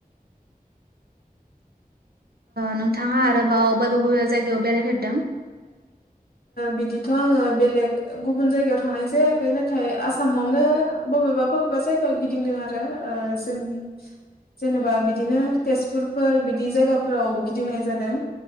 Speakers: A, on the right (about 85°); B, on the left (about 75°).
A: नोंथांङा आरोबाव बावबेबा बावबेबा जायगायाव बेरायफेरदों
B: बिदिथ आङो बेलेग गुबुन जायगायाव थांनाय जायाखै नाथाय आसामावनो बबेबा-बबेबा जायगायाव गिदिंदों आरो जोंनि जेनेबा बिदिनो तेजपुरफोर बिदि जायगाफोराव गिदिंनाय जादों